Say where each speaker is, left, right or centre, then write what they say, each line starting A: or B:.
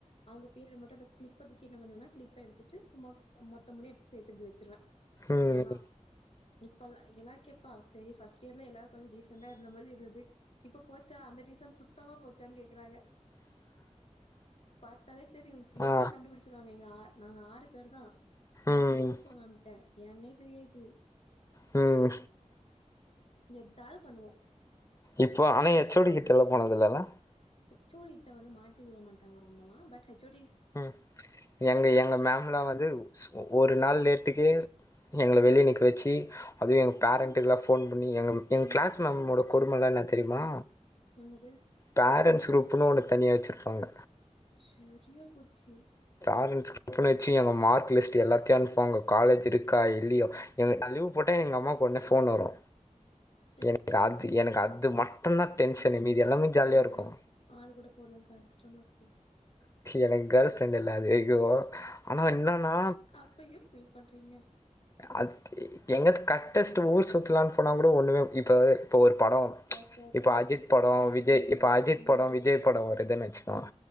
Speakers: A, on the left (about 55°); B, on the left (about 25°).
A: அவுங்க பீரியடு மட்டு கிளிப்ப தூக்கி என்ன பண்ணுவேனா கிளிப்ப எடுத்துட்டு சும்மா மொத்த முடிய எடுத்து சேத்து இப்பிடி வச்சிருவே
B: ம்
A: அப்றோதா இப்பல்லா எல்லாரு கேப்பா சேரி ஃபஸ்ட் இயர்ல எல்லாரு டீசெண்டா இந்த மாரி இருந்தது இப்ப போச்சா அந்த டீசண்ட் சுத்தமா போச்சான்னு கேக்கறாங்க பாத்தாலே தெரியு கிளியரா
B: ஆ
A: கண்டுபிடிச்சு ருவாங்க எங்க ஆற் நாங்க ஆறு பேர்தா மாட்டிக்கிட்டே
B: ம்
A: இருப்போ மேம்ட்ட ஏன்னே தெரியாது
B: ம்
A: எதாவது பண்ணுவோ
B: இப்போ ஆனா ஹெச் ஓடி கிட்டல்லா போனதில்லல்ல
A: ஹெச் ஓடிட்ட வந்து மாட்டி விட மாட்டாங்க ரொம்பலா பட் ஹெச் சோடி
B: ம் எங்க எங்க மேம்ல்லா வந்து ஒரு நாள் லேட்டுக்கே எங்கள வெளியே நிக்க வெச்சு அதுவு எங்க பேரண்ட்டுக்களா
A: ம்
B: ஃபோன் பண்ணி எங்க எங்க
A: ம்
B: கிளாஸ் மேம்மோட கொடுமல்லா என்ன தெரியுமா
A: என்னது
B: பேரண்ட்ஸ் குரூப்புன்னு ஒன்னு தனியா வச்சுருப்பாங்க
A: செரியா போச்சி
B: பேரண்ட்ஸ் குரூப்புன்னு வச்சு எங்க மார்க் லிஸ்ட் எல்லாத்தையு அனுப்புவாங்க காலேஜ்ருக்கா இல்லையா எங்க நா லீவு போட்டா எங்க அம்மாக்கு ஒடனே ஃபோன் வரு
A: சரிதா
B: எனக்கு அது எனக்கு அது மட் டுதா டென்ஷனே மீதி எல்லாமே ஜாலியா
A: ஏ
B: இருக்கு
A: ஆள் கூட போலான் கஷ்டமாருக்கோ
B: எனக்கு கேர்ள் ஃப்ரெண்ட்யில்ல அதிகோ ஆனா என்னன்னா
A: அப்ப ஏ ஃபீல் பண்றீங்க
B: அத் எங்கத் கட்டஸ்ட்டு ஊர் சுத்லான்னு போனா கூட ஒன்னுமே இப்ப இப்போ ஒரு படோ
A: ஓகே ஓகே
B: இப்ப
A: நமக்கு
B: அஜித்
A: குடுக்கப்பட்ட
B: படோ
A: நேரம்
B: விஜய்
A: முடிவடைந்தது
B: இப்ப அஜித்
A: மீண்டும்
B: படோ விஜய் படோ வருதுன்னு வச்சுக்கோங்க